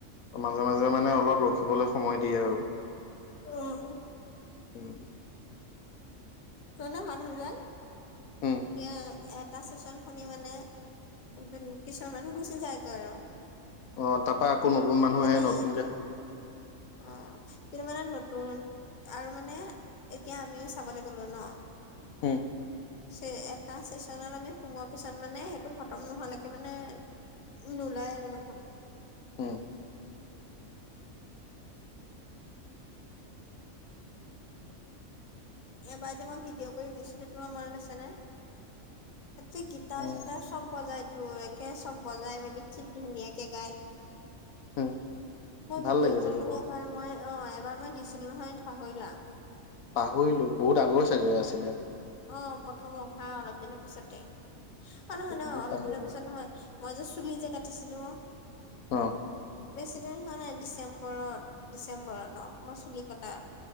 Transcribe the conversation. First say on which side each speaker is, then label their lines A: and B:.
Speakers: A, on the left (about 90°); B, on the left (about 35°).
A: মাজে মাজে মানে অলপ ৰখিবলে সময় দিয়ে আৰু
B: অ
A: উম
B: সিহঁতৰ মানুহ বিলাক
A: উম
B: ইয়ে এ এটা চেচন শুনি মানে কিছুমান মানুহ গুচি যায়গৈ আৰু
A: অ তাৰপা আকৌ নতুন
B: কিন্তু
A: মানুহ
B: মানে
A: আহে নতুনকে খোল
B: অ কিন্তু মানে নতুন আৰু মানে এতিয়া আমিও চাব লাগিব হলো ন
A: হু
B: চে এটা চেচনত আমি সোমোৱাৰ পিছত মানে সেইটো খতম নোহালেকে মানে নোলাই আৰু মানুহ
A: হু
B: এবাৰ যে মই ভিডিঅ' কৰি দিছিলো তোমাৰ মনত আছে নে তাতে গীতাৰ
A: উম
B: চীতাৰ চ চব বজাই তো একে চব বজাই মেলি কি ধুনীয়াকে গাই
A: উম
B: মই
A: ভাল
B: ভিডিঅ
A: লাগে
B: কৰি
A: চাগে
B: মিনি
A: বহুত
B: এবাৰ মই অ এবাৰ মই দিছিলো নহয় পাহৰিলা
A: পাহৰিলো বহুত আগৰ চাগে আছিলে
B: অ প্ৰথম অহা অলপ দিনৰ পিছতে অ নহয়
A: তেতিয়া
B: ন অলপ
A: পাহৰিলো
B: দিনৰ পিছত নহয় মই যে চুলি যে কাটিছিলো
A: অ
B: বেছি দিন হোৱা নাই ডিচেম্বৰত ডিচেম্বৰত অ মই চুলি কটা